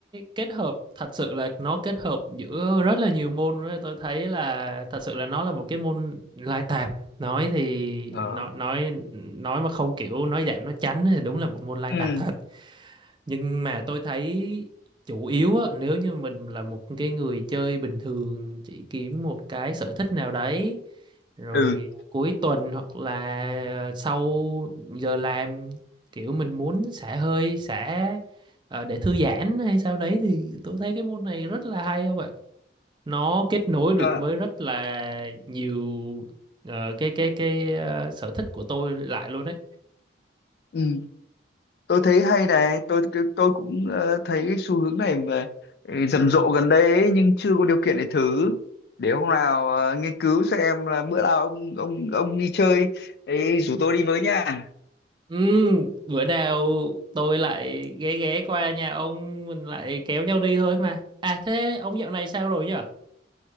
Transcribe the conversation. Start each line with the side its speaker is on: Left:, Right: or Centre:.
Right: kết hợp thật sự là nó kết hợp giữa rất là nhiều môn đấy. Tôi thấy là thật sự là nó là một cái môn lai tạp. Nói thì
Left: Ờ.
Right: nói nói nói mà không kiểu nói giảm nói tránh thì đúng là một môn lai tạp
Left: Ừ,
Right: thật. Nhưng mà tôi thấy chủ yếu á, nếu như mình là một cái người chơi bình thường chỉ kiếm một cái sở thích nào đấy rồi
Left: ừ.
Right: cuối tuần hoặc là sau giờ làm kiểu mình muốn xả hơi, xả ờ, để thư giãn hay sao đấy thì tôi thấy cái môn này rất là hay không ạ? Nó kết nối được
Left: Ờ.
Right: với rất là nhiều ờ, cái cái cái ờ, sở thích của tôi lại luôn đấy.
Left: Ừ. tôi thấy hay này tôi tôi cũng ờ, thấy xu hướng này mà ừ, rầm rộ gần đây ấy, nhưng chưa có điều kiện để thử để hôm nào ờ, nghiên cứu xem là bữa nào ông ông ông đi chơi ấy, rủ tôi đi với nha
Right: Ừ, bữa nào tôi lại ghé ghé qua nhà ông mình lại kéo nhau đi thôi mà. À thế ông dạo này sao rồi nhở?